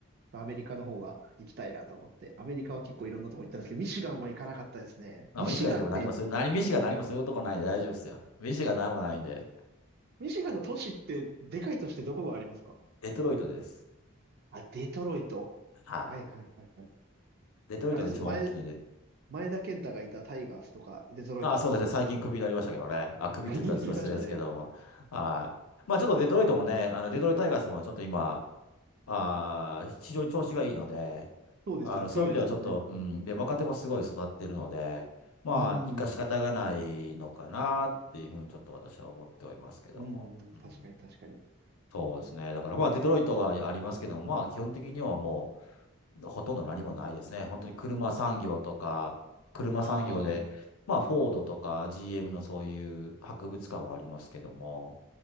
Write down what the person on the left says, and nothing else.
あ、
もう医師がいても何もする、何、医師が何もするとこないんで大丈夫ですよ。医師が何もないんで、
デトロイトです。
はい。
デトロイトが一番大きいので。
あ、そうですね。最近クビになりましたけどね。あ、
クビって言ったらちょっと失礼ですけども。
はい。まあちょっとデトロイトもね、
あの、デトロイトタイガースもちょっと今、あー非常に調子がいいので、
あの、
そういう意味ではちょっと、うん、で、若手もすごい育ってるので、まあ、
生かし方がないのかなっていうふうにちょっと私は思ってはいますけども。
うん、
そうですね。だからまあ、デトロイトがありますけども、まあ、基本的にはもう、ほとんど何もないですね。本当に車産業とか、車産業で、
まあ、フォードとか GM のそういう博物館はありますけども、